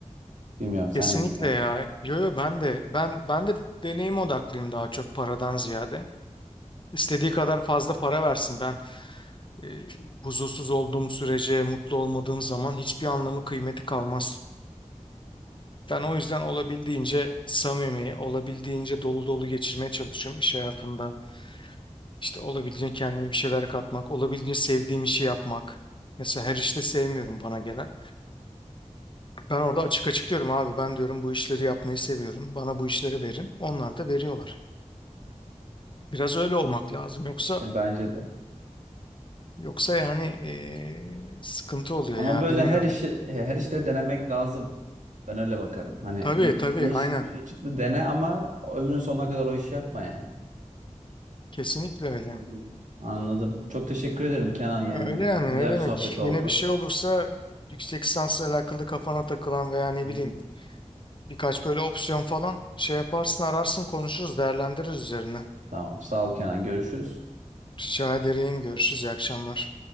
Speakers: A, on the right; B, on the left.
A: Bilmiyorum sen
B: Kesinlikle
A: de düşünüyorsun.
B: ya. Yo yo ben de ben ben de deneyim odaklıyım daha çok paradan ziyade. İstediği kadar fazla para versin. Ben e, huzursuz olduğum sürece, mutlu olmadığım zaman hiçbir anlamı kıymeti kalmaz. Ben o yüzden olabildiğince samimi, olabildiğince dolu dolu geçirmeye çalışıyorum iş hayatımda. İşte olabildiğince kendime bir şeyler katmak, olabildiğince sevdiğim işi yapmak. Mesela her işte sevmiyorum bana gelen. Ben orada açık açık diyorum abi ben diyorum bu işleri yapmayı seviyorum. Bana bu işleri verin. Onlar da veriyorlar. Biraz öyle olmak lazım. Yoksa
A: E, Bence de.
B: yoksa yani eee, sıkıntı oluyor
A: Ama
B: ya
A: böyle
B: bilmiyorum.
A: her işi e, her işte denemek lazım. Ben öyle bakarım. Hani
B: Tabii
A: bir,
B: tabii
A: bir iş
B: aynen.
A: bir şey çıktı dene ama ömrünün sonuna kadar o işi yapma yani.
B: Kesinlikle öyle.
A: Hı hı. Anladım. Çok teşekkür ederim Kenan yani.
B: Öyle yani
A: Güzel
B: ne demek.
A: bir sohbet oldu.
B: Yine bir şey olursa yüksek lisansla alakalı kafana takılan veya ne
A: Hı hı.
B: bileyim birkaç böyle opsiyon falan şey yaparsın ararsın konuşuruz değerlendiririz üzerine.
A: Tamam. Sağ ol Kenan. Görüşürüz.
B: Rica ederim görüşürüz iyi akşamlar.